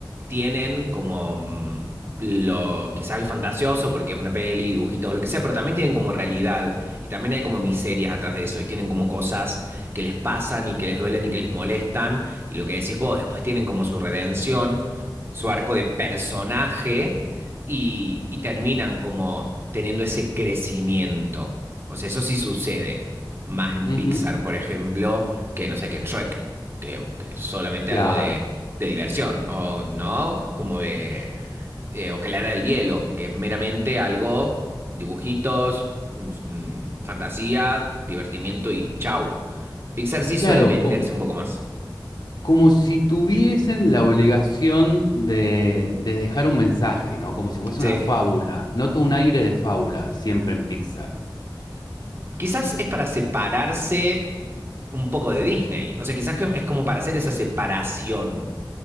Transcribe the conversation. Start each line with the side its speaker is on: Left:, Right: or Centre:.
Right: tienen como mm, lo, quizás lo fantasioso, porque es una peli, dibujitos, lo que sea, pero también tienen como realidad y también hay como miserias atrás de eso y tienen como cosas que les pasan y que les duelen y que les molestan y lo que decís vos, después tienen como su redención, su arco de personaje y, y terminan como teniendo ese crecimiento. O sea, eso sí sucede, más en
Left: Ujú,
Right: Pixar, por ejemplo, que no sé, que en Shrek, que, que es solamente
Left: Claro,
Right: algo de, de diversión, o no, como de, eh, o que la era del hielo, que es meramente algo, dibujitos, mm, mm, fantasía, divertimiento y chau. Pixar sí
Left: claro,
Right: suele meterse
Left: com-
Right: un poco más.
Left: como, si tuviesen la obligación de, de dejar un mensaje, ¿no? Como si fuese
Right: Sí.
Left: una fábula. Noto un aire de fábula siempre en Pixar.
Right: Quizás es para separarse un poco de Disney. O sea, quizás que es como para hacer esa separación.